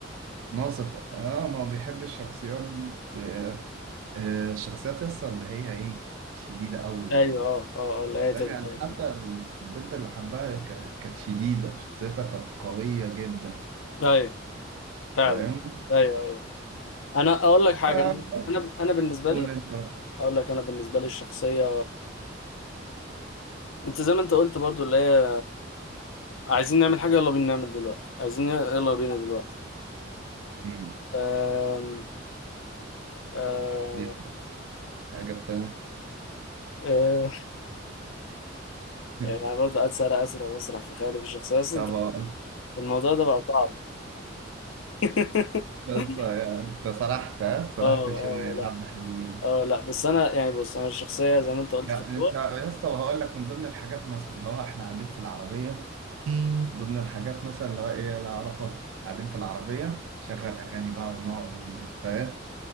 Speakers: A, on the right (about 80°); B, on the left (about 85°).
A: ناصفه اه ما بيحب الشخصيات آه، آه، الشخصيات يسطا اللي هي ايه شديده قوي
B: أيوه
A: و...
B: أه أه آه، اللي هي
A: فاهم
B: تبقى
A: يعني
B: أيوه
A: حتى البنت اللي حبها ك- كانت شديده شخصيتها كانت قويه جدا
B: طيب، فعلا
A: فاهم
B: أيوه أيوه أنا أقول لك حاجة
A: فقول
B: أنا أنا بالنسبة لي
A: انت بقى.
B: أقول لك أنا بالنسبة لي الشخصية انت زي ما انت قلت برضو اللي هي عايزين نعمل حاجة يلا بينا نعمل دلوقتي عايزين يلا بينا دلوقتي
A: مم.
B: أم... أم...
A: دي الحاجه التانيه
B: أم... <laughs>
A: <laughs>
B: يعني برضه قاعد سارع أسرع وأسرع في خيالي في الشخصية أصلا
A: طبعا
B: أنت الموضوع ده بقى صعب <laughs>
A: يسطا يعني انت سرحت ها سرحت
B: اه
A: شويه
B: اه لا
A: حبه حلوين
B: اه لا بس أنا يعني بص أنا الشخصية زي ما أنت قلت
A: يعني
B: في الأول
A: انت يا اسطى وهقول لك من ضمن الحاجات مثلا اللي هو احنا قاعدين في العربيه ضمن الحاجات مثلا اللي هو ايه لا اعرفها قاعدين في العربيه شغل اغاني بقى ونقعد فاهم